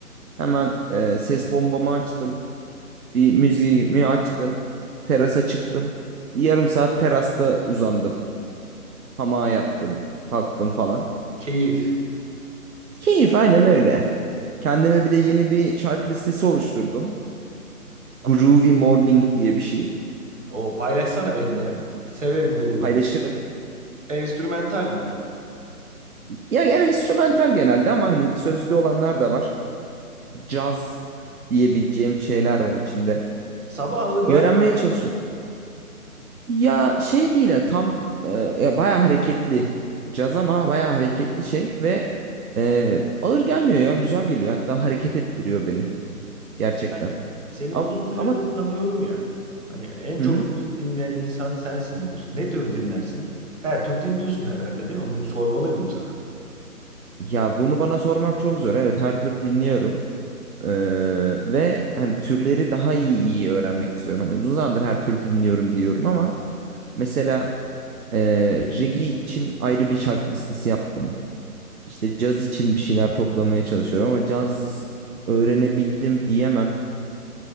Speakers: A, on the right (about 70°); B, on the right (about 50°).
A: Hemen e, ses bombamı açtım. Bir müziğimi açtım. Terasa çıktım. Bir yarım saat terasta uzandım. Hamağa yattım. Kalktım falan.
B: Keyif.
A: Keyif aynen öyle. Kendime bir de yeni bir şarkı listesi oluşturdum. Groovy Morning diye bir şey.
B: O paylaşsana benimle ya. Severim groove
A: Paylaşırım.
B: müzik. Enstrümental mi?
A: Ya yani instrumental genelde ama hani sözlü olanlar da var. Caz diyebileceğim şeyler var içinde.
B: Sabah ağır gelmiyor
A: Öğrenmeye
B: mu
A: çalışıyorum.
B: Sedat?
A: Ya şey değil ya tam e, ya bayağı hareketli caz ama bayağı hareketli şey ve e, ağır gelmiyor ya güzel geliyor hatta hareket ettiriyor beni gerçekten.
B: Yani seni
A: Ama,
B: uzun süredir
A: ama
B: tanıyorum ya. Hani en çok
A: hı hı.
B: müzik dinleyen insan sensindir. Ne tür dinlersin? Her tür dinliyorsun herhalde değil mi? Bunu sormalı mıyım sana?
A: Ya bunu bana sormak çok zor. Evet her tür dinliyorum. E, ve hani türleri daha iyi iyi öğrenmek istiyorum. Hani uzun zamandır her tür dinliyorum diyorum ama mesela Ee, reggae için ayrı bir şarkı listesi yaptım. İşte caz için bir şeyler toplamaya çalışıyorum ama caz öğrenebildim diyemem.